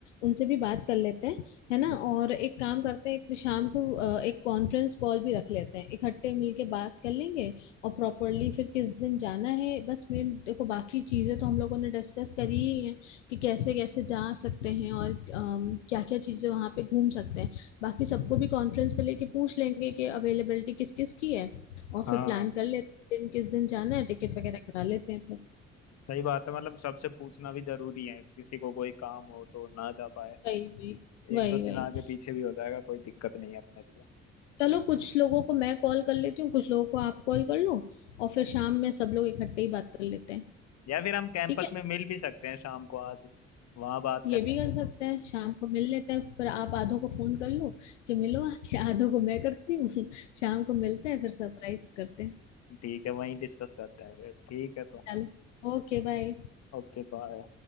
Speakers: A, on the left (about 75°); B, on the left (about 45°).
A: उनसे भी बात कर लेते हैं है ना और एक काम करते हैं एक शाम को अ, एक कॉन्फ्रेंस कॉल भी रख लेते हैं इकट्ठे मिलके बात कर लेंगे और प्रॉपरली फिर किस दिन जाना है बस मेन देखो बाकी चीजें तो हम लोगों ने डिस्कस करी ही है कि कैसे कैसे जा सकते हैं और क्या क्या चीजें वहां पे घूम सकते हैं बाकी सबको भी कॉन्फ्रेंस पे लेके पूछ लेंगे कि अवेलेबिलिटी किस किस की है और फिर
B: हाँ
A: प्लान कर लेते हैं दिन किस दिन जाना है टिकट वगैरह करा लेते हैं फिर
B: सही बात है मतलब सबसे पूछना भी जरूरी है किसी को कोई काम हो तो ना जा पाए
A: वही वही वही
B: एक दो दिन
A: वही
B: आगे पीछे भी हो जाएगा कोई दिक्कत नहीं है अपने के लिए
A: चलो कुछ लोगों को मैं कॉल कर लेती हूँ कुछ लोगों को आप कॉल कर लो और फिर शाम में सब लोग इकट्ठे ही बात कर लेते हैं
B: या फिर हम कैंपस
A: ठीक है
B: में मिल भी सकते हैं शाम को आज वहां बात
A: ये
B: कर लेंगे
A: भी कर
B: तो
A: सकते हैं शाम को मिल लेते हैं फिर आप आधों को फोन कर लो कि मिलो आके आधों को मैं करती हूँ <laughs> शाम को मिलते हैं फिर सरप्राइज करते हैं
B: ठीक है वहीं डिस्कस करते हैं फिर ठीक है तो
A: चलो ओके बाय
B: ओके बाय